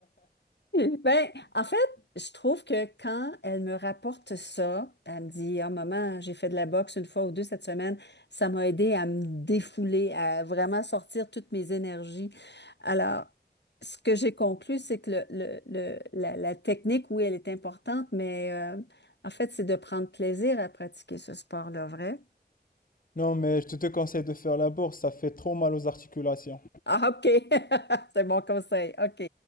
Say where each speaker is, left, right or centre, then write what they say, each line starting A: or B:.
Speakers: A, on the left; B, on the left.
A: <laughs> Ben, en fait, je trouve que quand elle me rapporte ça, elle me dit, Ah, maman, j'ai fait de la boxe une fois ou deux cette semaine, ça m'a aidé à me défouler, à vraiment sortir toutes mes énergies. Alors, ce que j'ai conclu, c'est que le, le- le- la, la technique, oui, elle est importante, mais euh, en fait, c'est de prendre plaisir à pratiquer ce sport-là, vrai?
B: <laughs> non, mais je te conseille de faire la bourse, ça fait trop mal aux articulations.
A: Ah, OK. <laughs> C'est mon conseil. OK.